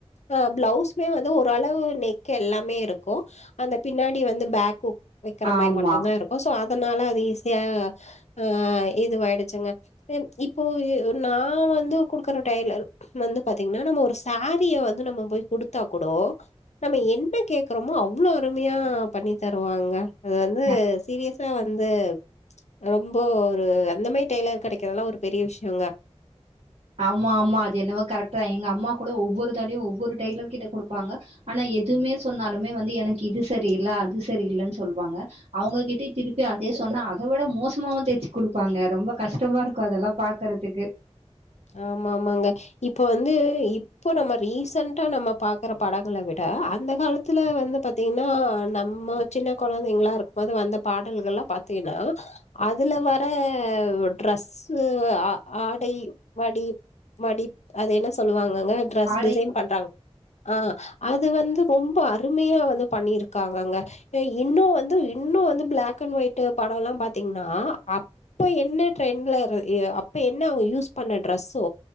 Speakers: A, on the left; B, on the right.
A: அ பிளைவ்ஸ்மே வந்து ஒரளவு நேக் எல்லாமே இருக்கும் அந்த பின்னாடி வந்து பேக்ஹூக் வக்கிறமாரி
B: ஆமா
A: மட்டும்தா இருக்கு சோ அதனால அது ஈஸியா ஆ இது வாயிடுச்சுங்க இப்போ நா வந்து குடுக்குற டெய்லர் வந்து பாத்தீங்கன்னா நம்ம ஒரு ஸாரீ வந்து நம்ம போய் குடுத்தா கூட நம்ம என்ன கேட்குறோமோ அவ்ளோ அருமையா பண்ணி தருவாங்க அது வந்து
B: கண்
A: சீரியஸ் தா வந்து ரொம்ப ஒரு அந்த மாரி டெய்லர் கெடைக்கறதெல்லா ஒரு பெரிய விஷ்யங்க
B: ஆமா ஆமா அது என்னவோ கரெக்ட் தா எங்க அம்மா கூட ஒவ்வொரு தடவயு ஒவ்வொரு ஒரு டெய்லர் கிட்ட குடுப்பாங்க ஆனா எதுமே சொன்னாலுமே வந்து எனக்கு இது சரி இல்ல அது சரி இல்லன்னு சொல்லுவாங்க அவங்க கிட்ட திருப்பி அதே சொன்னா அத விட மோசமாவும் தேச்சு குடுப்பாங்க ரொம்ப கஷ்டமா இருக்கும் அதெல்லா பாக்குறதுக்கு
A: ஆமா ஆமாங்க இப்ப வந்து இப்ப நம்ம ரீசன்டா நம்ம பாக்குற பாடங்களை விட அந்த காலத்துல வந்து பாத்தீங்கன்னா நம்ம சின்ன குழந்தைகளா இருக்போது வந்த பாடல்கள் எல்லா பாத்தீங்கனா அதுல வர ட்ரெஸ்ஸு ஆடை வடி வடி அத என்ன சொல்லுவாங்க க ட்ரெஸ்
B: ஆடை
A: டிசைன் பண்றாங்க ஆ அது வந்து ரொம்ப அருமையா வந்து பண்ணிருக்காங்கங்க இன்னு வந்து இன்னு வந்து பிளாக் அண்ட் ஒயிட் படம்லா பாத்தீங்கனா அப்ப என்ன ட்ரெண்ட்ல அப்ப என்ன அவங்க யூஸ் பண்ண டிரெஸ்ஸோ